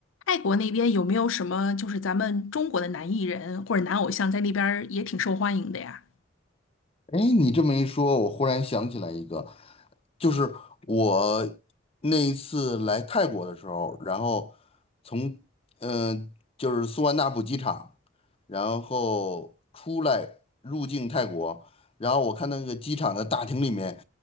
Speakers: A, on the left; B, on the left.
A: 泰国那边有没有什么就是咱们中国的男艺人或者男偶像在那边儿也挺受欢迎的呀？
B: 哎，你这么一说，我忽然想起来一个，就是我那一次来泰国的时候，然后从嗯、呃就是苏万那普机场，然后出来入境泰国，然后我看那个机场的大厅里面，